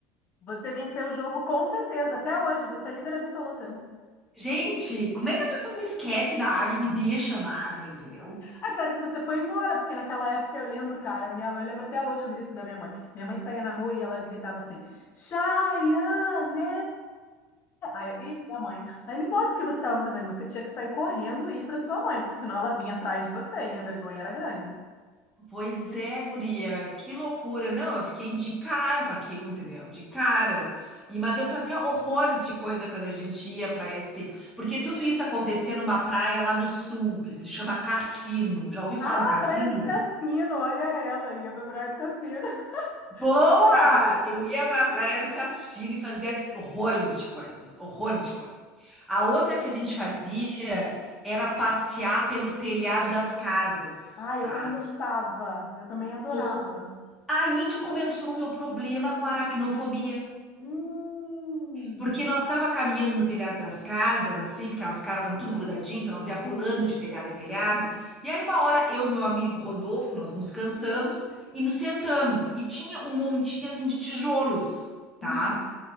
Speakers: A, on the left (about 35°); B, in the centre.
A: Você venceu o jogo com certeza, até hoje, você é líder absoluta.
B: Gente, como é que as pessoas me esquecem na árvore, me deixam na árvore, entendeu?
A: Acharam que você foi embora, porque naquela época eu lembro, cara, minha mãe, eu lembro até hoje o grito da minha mãe. Minha mãe saía na rua e ela gritava assim: Chayane! Aí eu, e minha mãe, aí não importa o que você estava fazendo, você tinha que sair correndo e ir para sua mãe, porque senão ela vinha atrás de você e a vergonha era grande.
B: Pois é, guria, que loucura. Não, eu fiquei de cara com aquilo, entendeu? De cara. E mas eu fazia horrores de coisa quando a gente ia pra esse, porque tudo isso acontecia numa praia lá do sul, que se chama Cassino. Já ouviu falar
A: Ah,
B: no Cassino?
A: Praia do Cassino, olha ela, ia pra Praia do Cassino.
B: Boa!
A: <laughs>
B: Eu ia pra Praia do Cassino e fazia horrores de coisas, horrores de coisas. A outra que a gente fazia era passear pelo telhado das casas,
A: Ah, eu
B: tá?
A: também gostava, eu também adorava.
B: Pô, aí que começou o meu problema com a aracnofobia.
A: Hum,
B: Porque nós estava caminhando no telhado das casas, assim, porque as casas eram tudo grudadinho, então nós ia pulando
A: sim.
B: de telhado em telhado. E aí uma hora eu e meu amigo Rodolfo, nós nos cansamos e nos sentamos. E tinha um montinho assim de tijolos, tá?
A: Uhum.